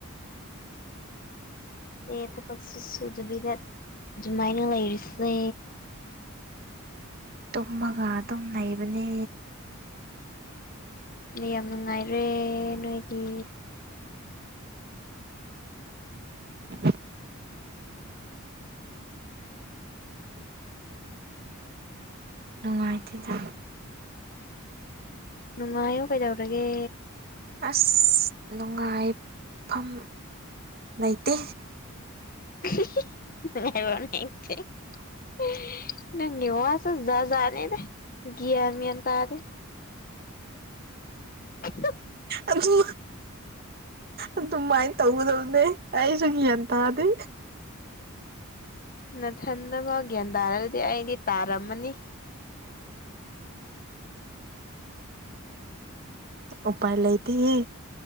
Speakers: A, on the left (about 40°); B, on the right (about 45°).
A: ꯁꯦ ꯊꯕꯛꯁꯨꯨ ꯁꯨꯗꯕꯤꯗ ꯑꯗꯨꯃꯥꯏꯅ ꯂꯩꯔꯤꯁꯦ
B: ꯇꯨꯝꯃꯒ ꯑꯗꯨꯝ ꯂꯩꯕꯅꯦ
A: ꯃꯌꯥꯝ ꯅꯨꯡꯉꯥꯏꯔꯦ ꯅꯣꯏꯗꯤ
B: <unintelligible> <inaudible> ꯅꯨꯡꯉꯥꯏꯇꯦꯗ
A: ꯅꯨꯡꯉꯥꯏꯌꯨ ꯀꯩꯗꯧꯔꯒꯦ
B: ꯑꯁ ꯅꯨꯡꯉꯥꯏꯐꯝ ꯂꯩꯇꯦ
A: <unintelligible> ꯅꯨꯡꯉꯥꯏꯐꯝ ꯂꯩꯇꯦ <unintelligible> ꯅꯪꯒꯤ ꯋꯥꯁꯦ ꯖꯥꯠ ꯖꯥꯠꯅꯦꯗ ꯒ꯭ꯌꯥꯟ ꯃꯦꯟ ꯇꯥꯗꯦ <unintelligible>
B: ꯑꯗꯨ ꯑꯗꯨꯃꯥꯏꯅ ꯇꯧꯒꯗꯕꯅꯦ ꯑꯩꯁꯨ ꯒ꯭ꯌꯥꯟ ꯇꯥꯗꯦ
A: ꯅꯊꯟꯇꯐꯥꯎ ꯒ꯭ꯌꯥꯟ ꯇꯥꯗꯔꯗꯤ ꯑꯩꯗꯤ ꯇꯥꯔꯝꯃꯅꯤ
B: ꯎꯄꯥꯏ ꯂꯩꯇꯦꯍꯦ